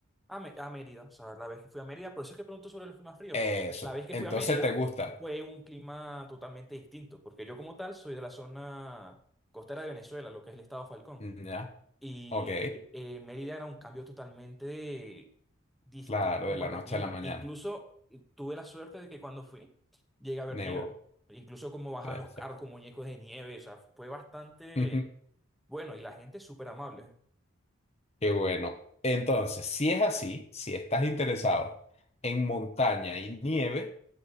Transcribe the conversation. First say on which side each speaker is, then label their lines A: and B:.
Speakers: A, in the centre; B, on the left.
A: a, Me- a Mérida, o sea, la vez que fui a Mérida, por eso es que pregunto sobre los climas fríos,
B: eso.
A: porque la vez que
B: Entonces
A: fui a Mérida
B: te gusta.
A: fue un clima totalmente distinto, porque yo como tal soy de la zona costera de Venezuela, lo que es el estado Falcón,
B: Ya,
A: y
B: ok.
A: eh, Mérida era un cambio totalmente distinto
B: Claro, de
A: en
B: la
A: cuanto
B: noche
A: a clima.
B: a la mañana.
A: Incluso eh, tuve la suerte de que cuando fui llegué a ver
B: Nevó.
A: nieve, incluso como bajan
B: Perfecto.
A: los carros con muñecos de nieve, o sea, fue bastante
B: <laughs>
A: bueno y la gente es súper amable.
B: Qué bueno. Entonces, si es así, si estás interesado en montaña y nieve,